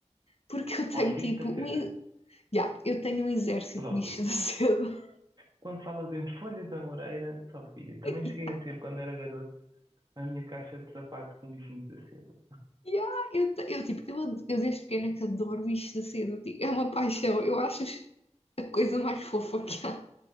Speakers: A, on the left (about 60°); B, on the right (about 35°).
A: porque eu tenho
B: Aos bichos
A: tipo
B: da seda,
A: um. e- eu tenho um exército
B: logo
A: de bichos
B: vi.
A: da seda.
B: Quando falas entre folhas da moreira, só via. Também
A: <laughs>
B: cheguei a ter, quando era garoto, a minha caixa de sapatos com bichinhos da seda.
A: Ya, eu, eu, tipo, eu, eu desde pequena que adoro bichos da seda, tipo, é uma paixão. Eu acho, a coisa mais fofa que há.